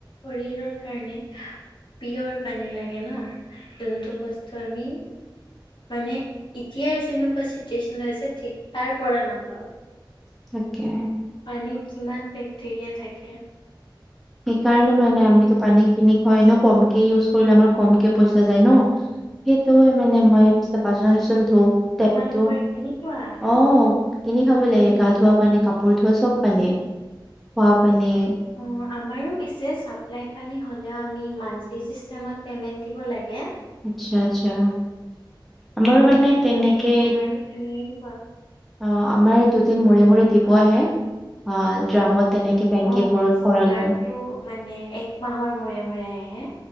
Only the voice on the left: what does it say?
শৰীৰৰ কাৰণে পিয়ৰ পানী লাগে ন'। যোনটো বস্তু আমি মানে ইতিয়াৰ যেনেকুৱা চিটুৱেশ্যন হৈছে ঠিক তাৰ পৰা নাপাওঁ।
পানীত কিমান বেক্টেৰিয়া থাকে।
অ
হয়
তোমালোকৰ
কেনেকুৱা
অ, আমাৰো পিছে চাপ্লাই পানী হ'লেও আমি মান্থলি চিষ্টেমত পেমেন্ট দিব লাগে।
অ', আমাৰো তেনেকুৱা
অ',
আমাৰতো
মানে এক মাহৰ মূৰে -মূৰে আহে